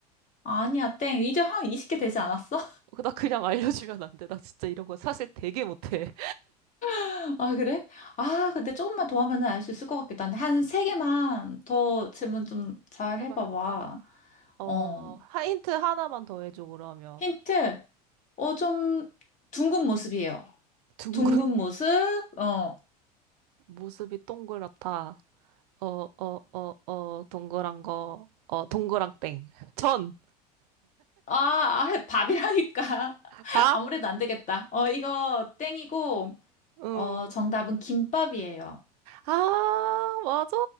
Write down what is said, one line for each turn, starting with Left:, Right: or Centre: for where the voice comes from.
Left: 아니야, 땡. 이제 한 20개 되지 않았어?
Right: 나 그냥 알려주면 안 돼. 나 진짜 이런 거 사실 되게 못해.
Left: <laughs> 아, 그래? 아, 근데 조금만 더 하면 알 수 있을 것 같기도 한데, 한 세개만더 질문 좀
Right: <laughs>
Left: 잘
Right: 해봐,
Left: 해봐봐.
Right: 해볼까? 어,
Left: 어,
Right: 하- 힌트 하나만 더 해줘, 그러면.
Left: 힌트. 어, 좀 둥근 모습이에요.
Right: 둥근
Left: 둥근 모습,
Right: <laughs>
Left: 어,
Right: 모습이 동그랗다. 어, 어, 어, 어, 동그란 거. 어, 동그랑 땡. 전,
Left: 아, 아, 밥이라니까. <laughs>
Right: 밥,
Left: 아무래도 안 되겠다. 어, 이거 땡이고,
Right: 응.
Left: 어, 정답은 김밥이에요.
Right: 아, 맞아.